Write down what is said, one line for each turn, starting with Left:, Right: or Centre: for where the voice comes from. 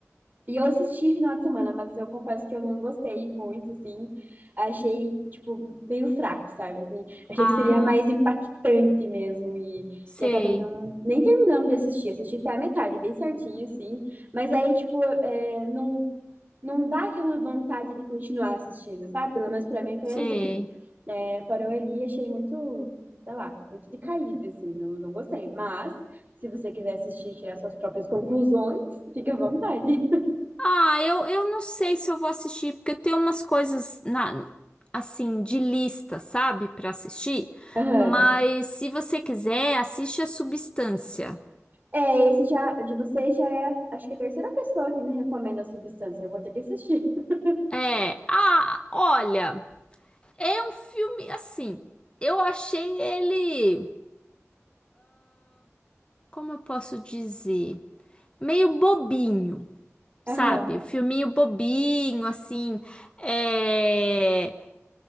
Right: E eu assisti final de semana, mas eu confesso que eu não gostei muito, assim. Achei, tipo, meio fraco, sabe? assim. achei
Left: Ah,
Right: que seria mais impactante mesmo. E,
Left: sei,
Right: e acabei não, nem terminando de assistir. Assisti até a metade, bem certinho, assim. Mas aí, tipo, é, não, não dá aquela vontade de continuar assistindo, sabe? Pelo menos pra mim foi
Left: sei.
Right: assim. É, parou ali, e achei muito, sei lá, muito decaído, assim. Não, não gostei. Mas, se você quiser assistir e tirar suas próprias conclusões, fica à vontade.
Left: Ah, eu, eu não sei se eu vou assistir, porque eu tenho umas coisas na, assim, de lista, sabe, Pra assistir.
Right: <laughs> Aham.
Left: Mas se você quiser, assiste a Substância.
Right: É, esse já, de você já é, acho que a terceira pessoa que me recomenda a substância. Eu vou ter que assistir. <laughs>
Left: É, ah, olha, é um filme assim. Eu achei ele, como eu posso dizer, meio bobinho,
Right: Aham.
Left: sabe? O filminho bobinho, assim, é,